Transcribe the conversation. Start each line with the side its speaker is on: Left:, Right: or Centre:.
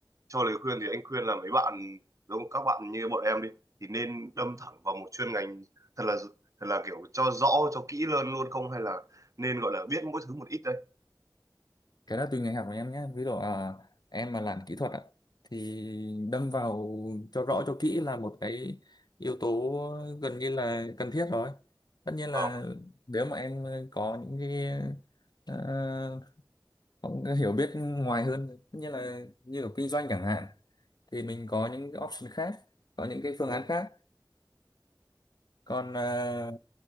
Right: cho lời khuyên thì anh khuyên là mấy bạn giống các bạn như bọn em đi thì nên đâm thẳng vào một chuyên ngành thật là thật là kiểu cho rõ cho kỹ hơn luôn không hay là nên gọi là biết mỗi thứ một ít đây
Left: cái đó tùy ngành học của em nhé ví dụ à, em mà làm kỹ thuật ạ thì đâm vào cho rõ cho kỹ là một cái yếu tố gần như là cần thiết rồi tất nhiên là
Right: vâng
Left: nếu mà em có những cái ờ, cũng có hiểu biết ngoài hơn tất nhiên là như ở kinh doanh chẳng hạn thì mình có những cái option khác có những cái phương án khác còn à,